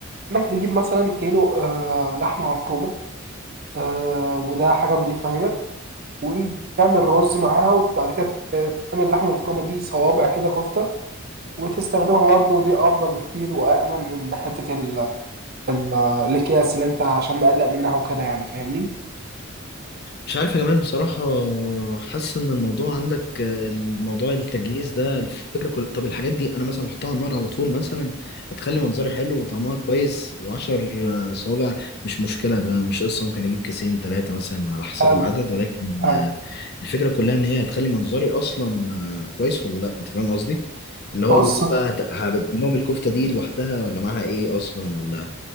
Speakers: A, on the right; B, on the left.
A: انك تجيب مثلا كيلو آه لحمه مفرومه آه وده حاجه نظيفه اهيت وتعمل رز معاها وبعد كده ت- آه، تعمل اللحمه المفرومه دي صوابع كده كفته وتستخدمها برضو دي افضل بكتير وامن من حته ال ال الاكياس اللي انت عشان مقلق منها وكده يعني فاهمني
B: مش عارف يا جمال بصراحة حاسس إن الموضوع عندك آه، الموضوع التجهيز ده الفكرة كل طب الحاجات دي أنا مثلا أحطها على النار على طول مثلا هتخلي منظري حلو وطعمها كويس وعشر آه، صوابع مش مشكلة ده مش قصة ممكن أجيب كيسين تلاتة مثلا على حسب
A: حلو
B: العدد ولكن
A: حلو
B: آه، الفكرة كلها إن هي هتخلي منظري أصلا آه، كويس ولا لأ أنت فاهم قصدي؟ اللي هو
A: بص
B: بقى هت- هبدل لهم الكفتة دي لوحدها ولا معاها إيه أصلا ولا